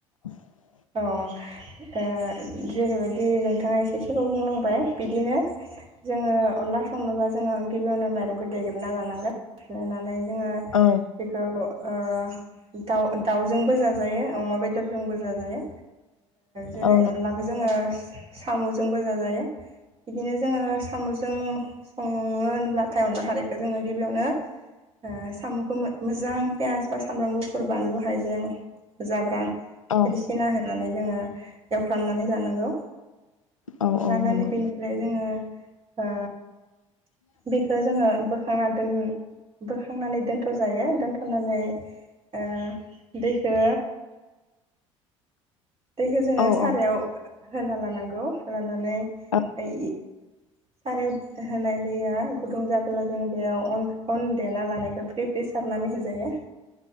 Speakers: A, on the left (about 85°); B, on the right (about 35°).
A: <unintelligible>
B: अ ओ जेरैबायदि नोंथाङा एसे सिलाव बुंलांबाय बिदिनो जोङो अनला संनोबा जोङो गिबियावनो माइरंखौ देग्रोना लानां लायनानै जोङो
A: औ
B: बेखौ ओ दाउ दाउजोंबो जाजायो अमा बेदरजोंबो जाजायो। जेरै
A: औ
B: अनलाखौ जोङो साम'जोंबो जाजायो बिदिनो जोङो साम'जों संङो होनब्लाथाय अनला खारैखौ जोङो गिबियावनो ओ साम'खौ मोजां पियास बा सामब्राम गुफुर बानलु हाइजें जाब्रां
A: औ
B: सिना होनानै जोङो एवफ्रामनानै लानांगौ।
A: औ औ
B: लानानै
A: नंगौ
B: बेनिफ्राय जोङो ओ बेखौ जोङो बोखांना दोन बो खांनानै दोन्थ' जायो दोनथ'नानै ओ दैखो दैखौ जोङो
A: औ
B: सारायाव
A: औ
B: होना लानांगौ लानानै
A: औ
B: सारायाव होनाय दैया गुदुं जाबोला जों बेयावन अन देना लानायखौ फ्रि फ्रि सारनानै होजायो।